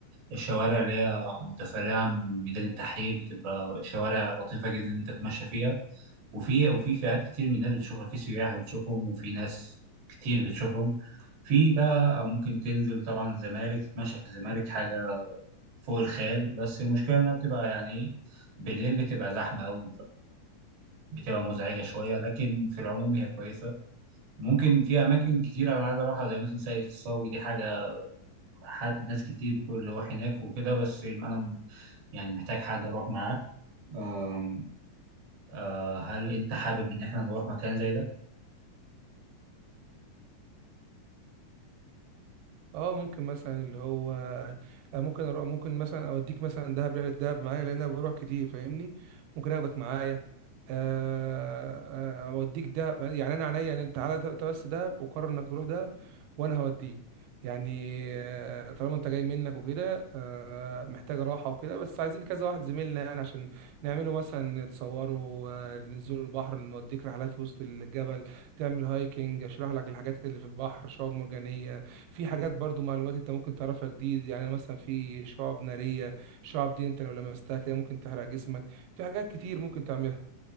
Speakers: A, on the right (about 70°); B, on the right (about 85°).
A: الشوارع اللي هي متفرعة من ميدان التحرير بتبقى شوارع لطيفة جدا إن أنت تتمشى فيها وفي وفي فئات كتير من الناس بتشوفها في سياح بتشوفهم وفي ناس كتير بتشوفهم في بقى ممكن تنزل طبعا الزمالك تتمشى في الزمالك حاجة فوق الخيال بس المشكلة إنها بتبقى يعني إيه بالليل بتبقى زحمة أوي بتبقى مزعجة شوية لكن في العموم هي كويسة ممكن في أماكن كتيرة أنا عايز أروحها زي مثلا ساقية الصاوي دي حاجة حد ناس كتير بتقول روح هناك وكده بس أنا يعني محتاج حد أروح معاه أم، آه، هل أنت حابب إن إحنا نروح مكان زي ده؟
B: اه ممكن مثلا اللي هو آه، ممكن اروح ممكن مثلا اوديك مثلا دهب رحله دهب معايا لان انا بروح كتير فاهمني ممكن اخدك معايا آه، آه، اوديك دهب يعني انا عينيا يعني انت تعالى انت بس دهب وقرر انك تروح دهب وانا هوديك يعني آه، طالما انت جاي منك وكده آه، محتاجه راحه وكده بس عايزين كذا واحد زميلنا يعني عشان نعمله مثلا تصوروا آه، ننزلوا البحر نوديك رحلات في وسط الجبل تعمل هايكنج اشرح لك الحاجات اللي في البحر شعاب مرجانيه في حاجات برضو معلومات انت ممكن تعرفها جديد يعني مثلا في شعب نارية شعب دي انت لو لمستها كده ممكن تحرق جسمك في حاجات كتير ممكن تعملها